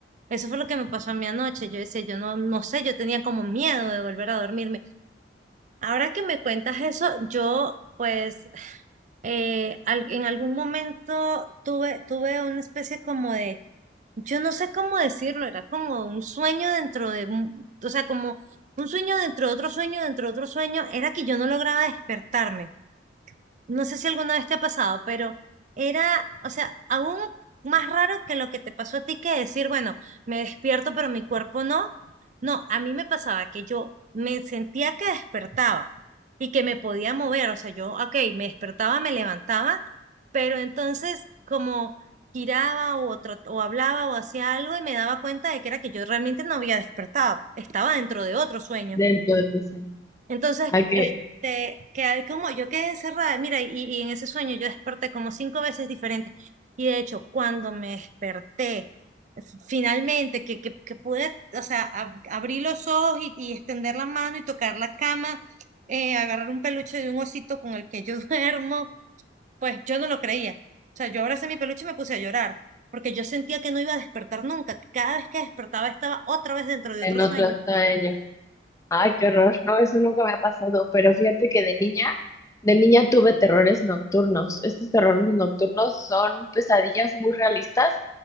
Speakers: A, on the right (about 40°); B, on the left (about 15°).
A: Eso fue lo que me pasó a mí anoche. Yo decía, yo no, no sé, yo tenía como miedo de volver a dormirme. Ahora que me cuentas eso, yo pues eh, al- en algún momento tuve, tuve una especie como de, yo no sé cómo decirlo, era como un sueño dentro de, un- o sea, como un sueño dentro de otro sueño, dentro de otro sueño, era que yo no lograba despertarme no sé si alguna vez te ha pasado, pero era, o sea, aún más raro que lo que te pasó a ti que decir, bueno, me despierto, pero mi cuerpo no. No, a mí me pasaba que yo me sentía que despertaba y que me podía mover, o sea, yo, ok, me despertaba, me levantaba, pero entonces como giraba o, trat- o hablaba o hacía algo y me daba cuenta de que era que yo realmente no había despertado, estaba dentro de otro sueño.
B: dentro de tu sueño.
A: Entonces,
B: Hay que
A: este, quedé como, yo quedé encerrada, mira, y, y en ese sueño yo desperté como cinco veces diferentes. Y de hecho, cuando me desperté, f- finalmente, que, que, que pude, o sea, ab- abrir los ojos y, y extender la mano y tocar la cama, eh, agarrar un peluche de un osito con el que yo <laughs> duermo, pues yo no lo creía. O sea, yo abracé mi peluche y me puse a llorar, porque yo sentía que no iba a despertar nunca. que Cada vez que despertaba estaba otra vez dentro de
B: en
A: otro
B: otro
A: sueño.
B: sueño. Ay, qué horror. No, eso nunca me ha pasado. Pero fíjate que de niña, de niña tuve terrores nocturnos. Estos terrores nocturnos son pesadillas muy realistas.